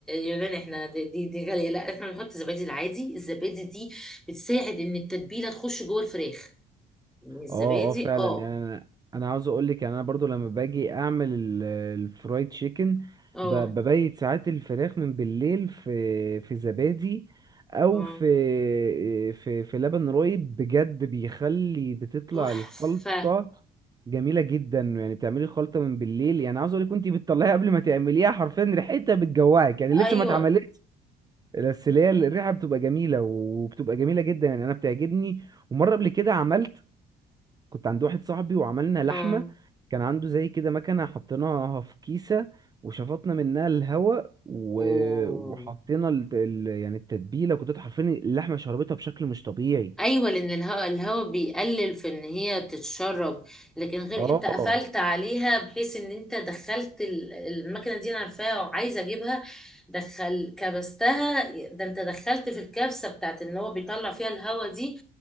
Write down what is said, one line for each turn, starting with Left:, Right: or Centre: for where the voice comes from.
Centre: يوناني احنا دي دي, دي غالية لا احنا بنحط زبادي العادي الزبادي دي بتساعد ان التتبيلة تخش جوه الفراخ يعني الزبادي
Right: اه اه فعلا
Centre: اه
Right: يعني انا انا عاوز اقول لك يعني انا برضو لما باجي اعمل ال- الفرايد تشيكن
Centre: اه
Right: ب- ببيت ساعات الفراخ من بالليل في في زبادي او
Centre: اه
Right: في في في لبن رايب بجد بيخلي بتطلع
Centre: تحفة
Right: الخلطة جميلة جدا يعني بتعملي الخلطة من بالليل يعني عاوز اقول لك كنت بتطلعيها قبل ما تعمليها حرفيا ريحتها بتجوعك يعني لسه
Centre: ايوه
Right: ما اتعملتش بس اللي هي الريحة بتبقى جميلة وبتبقى جميلة جدا يعني انا بتعجبني ومرة قبل كده عملت كنت عند واحد صاحبي وعملنا لحمة
Centre: اه
Right: كان عنده زي كده مكنة حطيناها في كيسة وشفطنا منها الهواء و...
Centre: اوه
Right: وحطينا ال... ال... يعني التتبيلة كنت حرفيا اللحمة شربتها بشكل مش طبيعي
Centre: ايوه لان الهواء الهواء بيقلل في ان هي تتشرب لكن غير
Right: اه
Centre: انت قفلت عليها بحيث ان انت دخلت ال- المكنه دي انا عارفاها وعايزه اجيبها دخل كبستها ده انت دخلت في الكبسه بتاعت ان هو بيطلع فيها الهواء دي